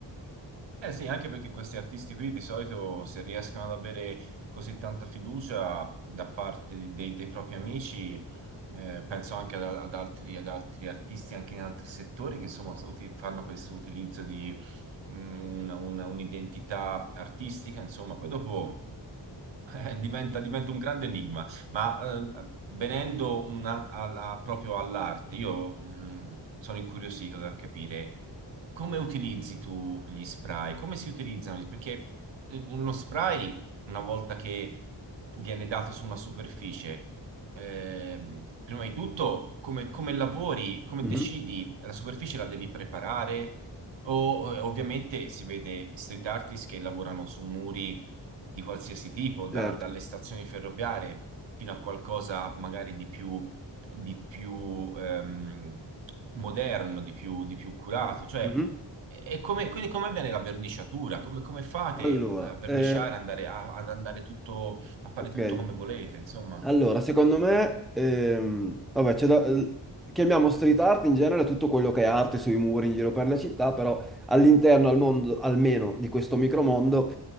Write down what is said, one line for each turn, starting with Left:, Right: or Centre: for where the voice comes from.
Right: Eh sì, anche perché questi artisti qui di solito se riescono ad avere così tanta fiducia da parte di- dei, dei propri amici, eh, penso anche ad, ad altri, ad altri artisti anche in altri settori che insomma so- uti- fanno questo utilizzo di mm, un- un- un'identità artistica, insomma, poi dopo eh, diventa, diventa un grande enigma, ma eh, venendo una- alla- proprio all'arte, io mh, sono incuriosito da capire come utilizzi tu gli spray, come si utilizzano, gli- perché eh, uno spray, una volta che viene dato su una superficie, ehm, prima di tutto come, come lavori, come
Centre: Mhm,
Right: decidi, la superficie la devi preparare o eh, ovviamente si vede street artist che lavorano su muri di qualsiasi tipo, da-
Centre: Certo.
Right: dalle stazioni ferroviarie fino a qualcosa magari di più, di più ehm, moderno, di più, di più curato. Cioè,
Centre: Mhm.
Right: e come, quindi come avviene la verniciatura? Come, come fate
Centre: Allora,
Right: a verniciare,
Centre: eh,
Right: andare a- ad andare tutto, a fare
Centre: ok.
Right: tutto come volete? Insomma,
Centre: Allora, secondo me, ehm, vabbè, c'è da- eh, chiamiamo street art in genere tutto quello che è arte sui muri in giro per la città, però all'interno, al mondo, almeno di questo micromondo,